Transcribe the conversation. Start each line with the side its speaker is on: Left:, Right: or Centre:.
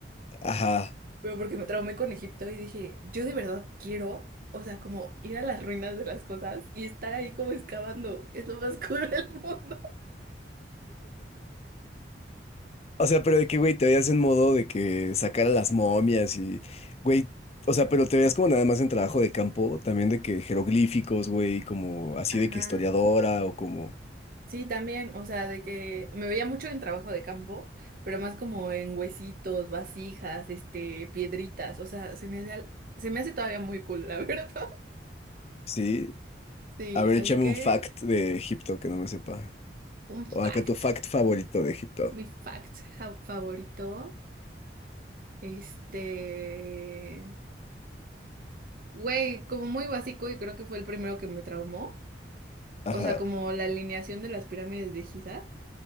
Left: Ajá.
Right: Pero porque me traumé con Egipto y dije, yo de verdad quiero, o sea, como ir a las ruinas de las cosas y estar ahí como excavando. Es lo más <laughs> cool del mundo.
Left: O sea, pero de que, güey, te veías en modo de que sacar a las momias y, güey, o sea, pero te veías como nada más en trabajo de campo, también de que jeroglíficos, güey, como así
Right: Ajá.
Left: de que historiadora o como,
Right: Sí, también, o sea, de que me veía mucho en trabajo de campo, pero más como en huesitos, vasijas, este, piedritas, o sea, se me hace, al- se me hace todavía muy cool, la <laughs> verdad.
Left: sí.
Right: Sí,
Left: A ver,
Right: así
Left: échame
Right: que
Left: un fact de Egipto que no me sepa.
Right: un fact,
Left: O acá tu fact favorito de Egipto.
Right: mi fact ja- favorito, este, güey, como muy básico y creo que fue el primero que me traumó,
Left: Ajá,
Right: o sea, como la alineación de las pirámides de Giza,